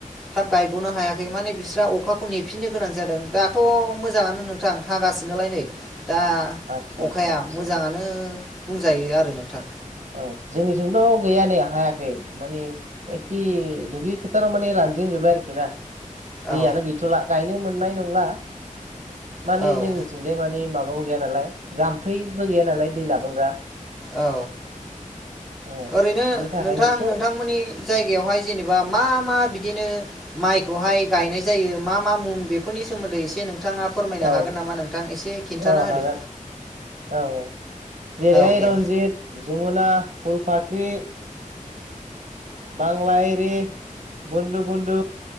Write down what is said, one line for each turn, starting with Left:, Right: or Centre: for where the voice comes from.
Centre: थाब गायग'नो हायाखै माने बिस्रा अखाखौ नेफिननो गोनां जादों दाथ' मोजाङानो
Right: औ
Centre: नोंथां हागासिनोलाय नै दा
Right: आदसा
Centre: अखाया
Right: आदसा आदसा
Centre: मोजाङानो बुंजायो आरो नोंथां
Right: औ जोंनिथिमथ' गैया ने हायाखै माने एखे दुब्लि फोथाराव माने रानजेन जोब बाय आरोखि ना दैयानो
Centre: औ
Right: गैथ'ला गायनो मोननाय नंला माने
Centre: औ औ
Right: जोंनिथिंजाय माने माबा माबाबो गैया नालाय जाम्फैबो गैया नालाय दै लाबोग्रा
Centre: औ
Right: अ
Centre: ओरैनो
Right: बिनि थाखायनो
Centre: नोंथां
Right: एसे
Centre: नोंथांमोननि जायगायावहाय जेनेबा मा मा बिदिनो माइखौहाय गायनाय जायो मा मा मुं बेफोरनि सोमोन्दै एसे नोंथाङा फोरमायनो
Right: औ
Centre: हागोन नामा नोंथां एसे खिन्थाना
Right: औ
Centre: होदो
Right: हागोन औ औ बेराय
Centre: औ दे
Right: रनजित जमुना फुल फाख्रि बांला एरि बुन्दु बुन्दु